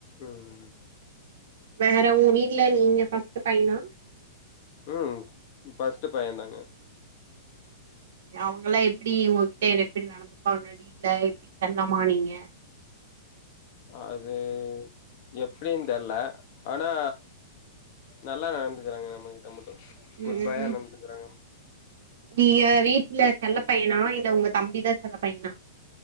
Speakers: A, on the left (about 40°); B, on the right (about 65°).
A: ம்
B: வேற உங்க வீடல நீங்க ஃபர்ஸ்ட்டு பையனா
A: ம் ஃபஸ்ட்டு பைய தாங்க
B: செரிங்க அவங்களா எப்டி உங்ககிட்ட எப்டி நடந்துப்பாங்க வீட்ல எப்டி செல்லமா நீங்க பிளாக்
A: அது எப்டின் தெர்ல ஆனா நல்லா நடந்துக்கிறாங்க நம்மகிட்ட மட்டு குட்
B: ம்
A: பாயா
B: ம்
A: நடந்துக்கிறாங்க
B: நீங்க வீட்ல செல்ல பையனா இல்ல உங்க தம்பிதா செல்ல பையனா